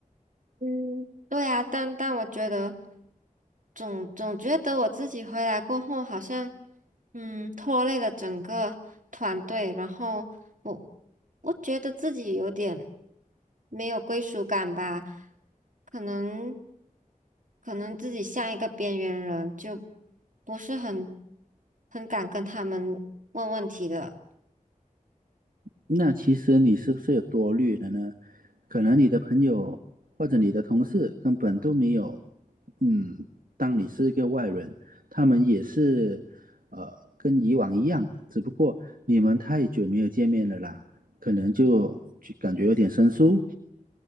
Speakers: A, on the right (about 65°); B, on the right (about 80°).
A: 嗯，对啊，但但我觉得总总觉得我自己回来过后，好像嗯拖累了整个团队，然后我我觉得自己有点没有归属感吧，可能可能自己像一个边缘人，就不是很很敢跟他们问问题的。
B: 那其实你是不是有多虑了呢？可能你的朋友或者你的同事根本都没有，嗯，当你是一个外人，他们也是，呃，跟以往一样，只不过你们太久没有见面了啦，可能就就感觉有点生疏，